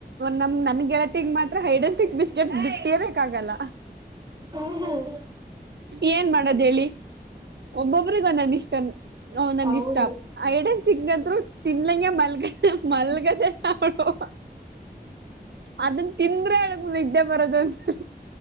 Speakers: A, on the right; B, on the right.
A: ನಮ್ ನನ್ ಗೆಳತತಿಗ ಮಾತ್ರ ಹೈಡ್ ಅಂಡ್ ಸಿಕ್ ಬಿಸ್ಕೆಟ್ ಬಿಟ್ಟ ಇರಕ್ ಆಗಲ್ಲ.
B: ಹ್ಮ್ ಹ್ಮ್
A: ಏನ್ ಮಾಡೋದ್ ಹೇಳಿ ಒಬ್ಬೊಬರಿಗ ಒಂದಂದ ಇಷ್ಟ. ಹ ನಂದ್
B: ಹೌದು
A: ಇಷ್ಟ ಐಡನ್ ಸಿಗದ್ರು ತಿನ್ಲಂಗೆ ಮಲ್ <unintelligible> ಅದನ್ ತಿಂದ್ರೆ ಅಗ್ ನಿದ್ದೆ ಬರೋದು ಅನ್ಸೆ